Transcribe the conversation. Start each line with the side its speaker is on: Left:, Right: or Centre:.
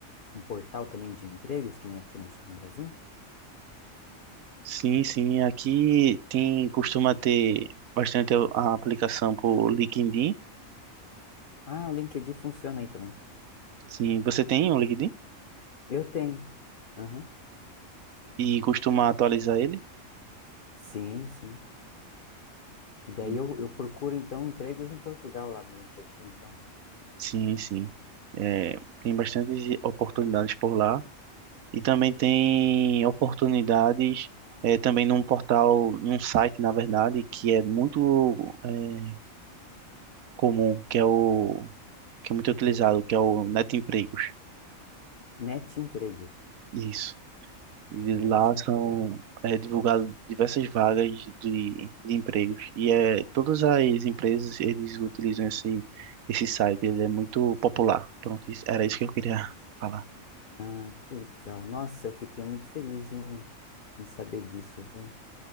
Left: um portal também de empregos, que nem aqui no no Brasil?
Right: Sim, sim, aqui tem costuma ter bastante a a aplicação por LinkedIn.
Left: Ah, o LinkedIn funciona aí também.
Right: Sim, você tem um LinkedIn
Left: Eu tenho. Aham.
Right: e costuma atualizar ele?
Left: Sim, sim. E daí
Right: Hum,
Left: eu, eu procuro, então, empregos em Portugal lá no LinkedIn, então.
Right: Sim, sim. É, tem bastantes oportunidades por lá e também tem oportunidades é, também num portal, num site, na verdade, que é muito é, comum, que é o que é muito utilizado, que é o Net Empregos.
Left: Net Empregos.
Right: Isso. E lá
Left: Net Emprego.
Right: são é, divulgadas diversas vagas de, de empregos. E é, todas as empresas, eles utilizam esse, esse site, ele é muito popular. Pronto, isso- era isso que eu queria <laughs> falar.
Left: Ah, que legal. Nossa, eu fiquei muito feliz em, em saber disso, viu?